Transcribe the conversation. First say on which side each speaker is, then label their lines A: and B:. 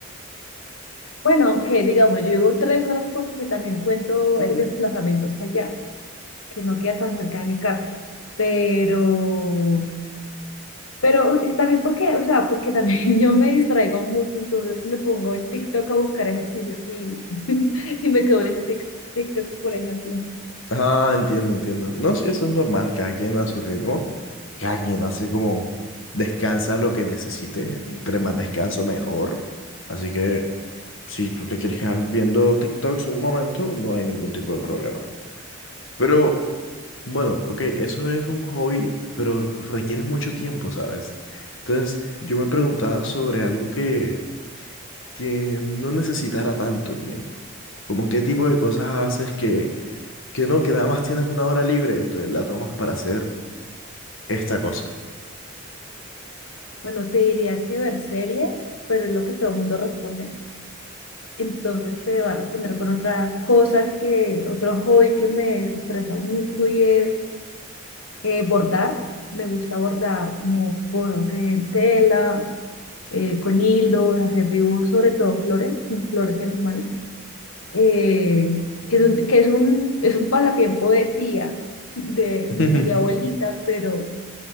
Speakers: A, on the left (about 80°); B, on the left (about 65°).
A: Bueno, aunque digamos, yo digo tres horas porque también cuento el desplazamiento hasta allá, que no queda tan cerca de mi casa, pero... Pero eh, también porque, o sea, porque también <laughs> yo me distraigo mucho, entonces me pongo en TikTok a buscar ejercicios y, <laughs> y me quedo viendo tic- TikToks, por ejemplo.
B: Ah, entiendo, entiendo. No, sí, eso es normal, cada quien a su ritmo, cada quien hace como descansa lo que necesite, entre más descanso mejor. Así que si tú te quieres quedar viendo TikToks un momento, no hay ningún tipo de problema. Pero bueno, ok, eso es un hobby, pero requiere mucho tiempo, ¿sabes? Entonces, yo me preguntaba sobre algo que, que no necesitara tanto tiempo. Como qué tipo de cosas haces que que no, que nada más tienes una hora libre, entonces la tomas para hacer esta cosa.
A: Bueno, te diría que ver series, pero es lo que todo el mundo responde. Entonces te va a responder con otra cosa que, otro hobby que me desestresa mucho y es eh, bordar. Me gusta bordar como cosas en tela, eh, con hilos, hacer dibujos, sobre todo flores, flores y animales. eh, que es un, que es un, es un pasatiempo de tía, de,
B: <laughs>
A: de abuelita, pero,